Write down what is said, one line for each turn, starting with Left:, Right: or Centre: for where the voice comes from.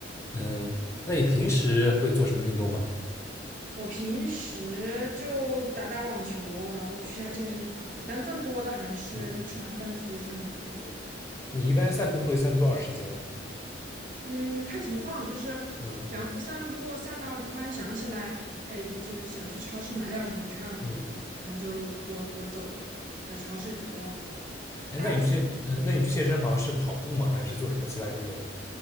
Left: 嗯，那你平时会做什么运动吗？
Right: 我平时就打打网球，然后去下健身房，但更多的还是就吃完饭出去散个步这样。
Left: 嗯，你一般散步会散多少时间？
Right: 嗯，看情况，就是
Left: 嗯
Right: 比方说散步散到突然想起来，哎，就是想去超市买点儿什么，缺点儿什么，
Left: 嗯，
Right: 可能就多多走一会儿，在超市里再逛一会儿。
Left: 哎，
Right: 大部分
Left: 那你去健，嗯，那你去健身房是跑步吗？还是做什么其他运动？